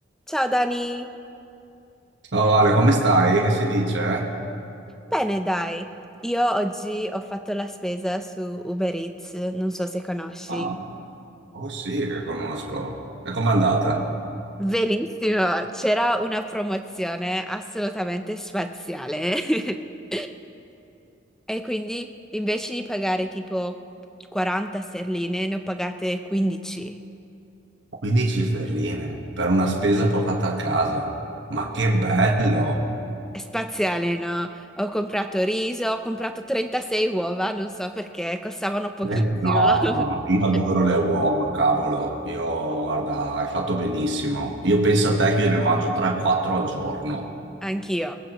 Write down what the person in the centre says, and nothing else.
Ciao Dani,
bene dai, io oggi ho fatto la spesa su Uber Eats, non so se conosci.
Verissimo, c'era una promozione assolutamente spaziale. <laughs> E quindi invece di pagare tipo 40 sterline, ne ho pagate 15.
È spaziale, no? Ho comprato riso, ho comprato 36 uova, non so perché, costavano pochissimo.
<laughs>
Anch'io,